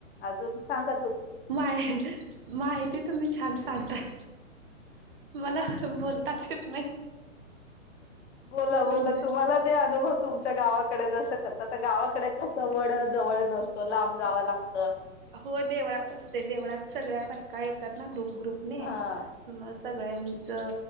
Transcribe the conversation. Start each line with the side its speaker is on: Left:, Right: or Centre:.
Left: अजून सांग
Right: माय माहिती तुम्ही छान सांगताय मला बोलताच येत नाही
Left: बोला
Right: म्हणजे
Left: बोला तुम्हाला जे अनुभव तुमच्या गावा डे जस करत गावाकडे कसं वड जवळ नसतो लांब जावं लागतं
Right: हो देवळात असते देवळात सगळ्या बायका येतात ना ग्रुप ग्रुपने
Left: हा
Right: मग सगळ्यांचं